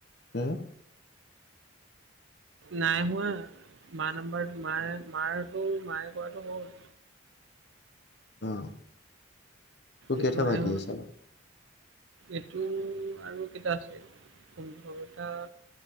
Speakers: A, on the left (about 50°); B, on the right (about 65°).
A: উম,
B: নাই হোৱা মা নাম্বাৰ মায়ে মাৰটো মায়ে কৰাটো হ'ল
A: অ', তোৰ
B: এইটো
A: কেইটা
B: নাই
A: বাকী
B: হোৱা
A: আছে নো
B: এইটো আৰু কেইটা আছে, পোন্ধৰটা